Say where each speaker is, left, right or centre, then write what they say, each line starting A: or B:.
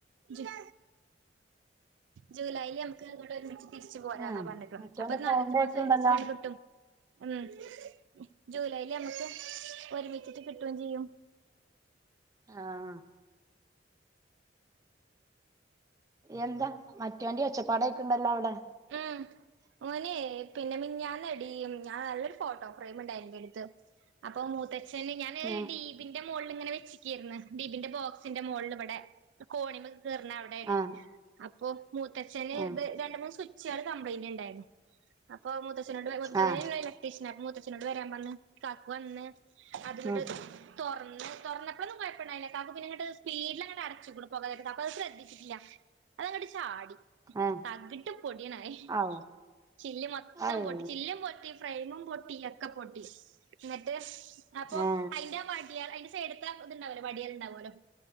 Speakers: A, on the right; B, on the right.
A: ജ് <inaudible> ജൂലൈല് നമുക്ക് വടെ ഒരുമി തിരിച്ചു പോരാനാ
B: ആ
A: പർഞ്ക്കണെ
B: മറ്റോന്റെ
A: അപ്പൊ
B: സൗണ്ട്
A: നാലഞ്ചു
B: കേൾക്കണ്ടല്ലോ
A: മാസം ഒരുമിച്ചാണ്ട് കിട്ടും, ഉം ജൂലൈൽ നമുക്ക് ഒരുമിച്ചിട്ട് കിട്ടും ചീയ്യും,
B: ആഹ് എന്താ മറ്റോന്റെ ഒച്ചപ്പാടേക്ണ്ണ്ടല്ലോ അവ്ടെ?
A: ഉം ഓനേ പിന്നെ മിനിഞ്ഞാന്നെടീ ഞാ നല്ലൊരു ഫോട്ടോ ഫ്രെയിമ്ണ്ടായിനും ന്റെടുത്ത്, അപ്പൊ മൂത്തച്ഛന് ഞാൻ
B: ആ
A: ഡീപിന്റെ മോളിൽ ഇങ്ങനെ വച്ച്ക്കേര്ന്ന് ഡീപിന്റെ ബോക്സ് ന്റെ മോളിൽ ഇവടെ കോണിമക്ക് കേറ് ണ അവ്ടെണ്,
B: ആ
A: അപ്പോ മൂത്തച്ഛന്
B: ആ ആ
A: ത് രണ്ട് മൂന്ന് സ്വിച്ചള് കംപ്ലയിന്റ് ണ്ടായിന്നു, അപ്പൊ മൂത്തച്ഛനോട് മൂത്തച്ഛനാണ്
B: ആ
A: ഇലട്രീഷൻ അപ്പ മൂത്തച്ഛനോട് വരാൻ പറഞ് കാക്കു വന്ന്, അത്ങ്ട്ട്,
B: ഉം
A: തൊറന്ന് തുറന്നപ്പോഴൊന്നുംകൊഴപ്പണ്ടായീല്ലക്കാക്ക് പിന്നെങ്ങട്ട് സ്പീഡിൽ അങ്ങട്ടെ അടച്ചുക്ണ് പോകാന്നെരത്തു അപ്പൊ അത് സ്രദ്ധിച്ചിട്ടില്ല, അതങ്ങ്ട്ട് ചാടി
B: ഏ
A: തകിട് ആയി
B: ഔ
A: ചില്ല്‌ മൊത്തം
B: അഹ്
A: പൊട്ടിച്ച് ചില്ല പോ ഫ്രയിമും പൊട്ടി ഒക്കെ പൊട്ടി ന്നിട്ട് അപ്പൊ
B: ഏ
A: അയ്ന്റെ വടി ഐ എടുത്ത ഇതുണ്ടാവലോ വടിയൽണ്ടാവുലോ